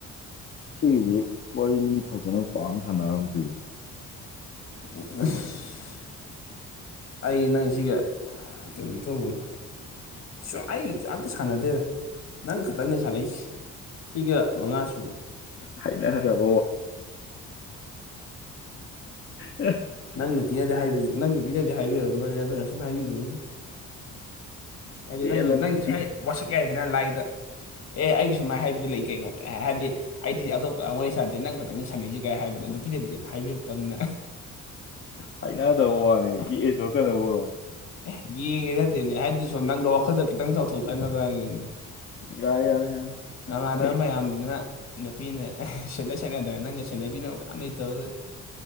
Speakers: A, on the left; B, on the left.
A: ꯁꯤꯒꯤꯁꯤ ꯋꯥꯔꯤꯅꯤ ꯐꯖꯅ ꯄꯥꯛꯅ ꯁꯥꯟꯅꯔꯝꯗꯌꯦ
B: <unintelligible> ꯑꯩ ꯅꯪꯁꯤꯒ ꯀꯩꯅꯣ ꯇꯧꯕꯅꯤ ꯁ ꯑꯩ ꯌꯥꯝꯝꯇ ꯁꯥꯟꯅꯗꯦꯗ ꯅꯪ ꯈꯛꯇꯪꯅꯦ ꯁꯥꯟꯅꯩꯁ ꯁꯤꯒ ꯃꯉꯥ ꯁꯨꯕ
A: ꯍꯥꯏꯅꯔꯦ ꯅꯪ ꯎ
B: ꯅꯪ ꯅꯨꯄꯤꯅꯗꯤ ꯍꯥꯏꯕꯗꯨ ꯅꯪ ꯅꯨꯄꯤꯅꯗꯤ ꯍꯥꯏꯕꯤꯔꯕꯝ ꯅꯣꯏꯅꯦ ꯑꯗꯨꯅ ꯑꯁꯨꯝ ꯍꯥꯏꯕꯤꯕꯅꯤ ꯑꯥꯏ
A: ꯄꯦꯜꯂꯕ
B: ꯅꯉꯏ ꯅꯪꯏꯁ
A: ꯒꯦ-
B: ꯍꯥꯏ ꯋꯥꯁꯛ ꯌꯥꯏꯗꯅ ꯂꯥꯏꯗ ꯑꯦ ꯑꯩꯒꯤ ꯁꯨꯃꯥꯏꯅ ꯍꯥꯏꯕ ꯂꯩ ꯀꯩꯅꯣ ꯀ ꯍꯥꯏꯕꯗꯤ ꯑꯩꯗꯤ ꯑꯇꯣꯞꯄ ꯋꯥꯔꯤ ꯁꯥꯟꯗꯦ ꯅꯪ ꯈꯛꯇꯪꯒꯤ ꯁꯥꯟꯅꯩꯁꯤ ꯀꯥꯏ ꯍꯥꯏꯕꯗꯣ ꯅꯨꯄꯤꯗꯗꯤ ꯍꯥꯏꯕꯤꯔꯛꯇꯕꯅ
A: ꯍꯥꯏꯅꯗꯕ ꯋꯥꯅꯦꯦ ꯀꯤꯑꯁꯨ ꯀꯩꯅꯗꯧꯕ ꯑꯣꯏꯔꯣ
B: ꯑꯦ ꯌꯦꯡꯒꯦ ꯅꯠꯇꯦꯅꯦ ꯍꯥꯏꯗꯤ ꯁꯣ ꯅꯪꯗ ꯋꯥꯈꯜꯗ ꯈꯤꯇꯪ ꯆꯥꯎꯊꯣꯛꯆꯅꯕꯅꯤꯅꯦ
A: ꯌꯥꯔꯦ ꯌꯥꯔꯦ ꯌꯥꯔꯦ
B: ꯅꯃꯥꯟꯅꯕ
A: ꯑꯩ
B: ꯃꯌꯥꯝꯗꯨꯗꯅ ꯅꯨꯄꯤꯅ ꯁꯦꯠꯅ ꯁꯦꯠꯅꯗꯅ ꯅꯪꯒ ꯁꯦꯠꯅꯕꯤꯅ ꯀꯌꯥꯝ ꯂꯩꯇꯕ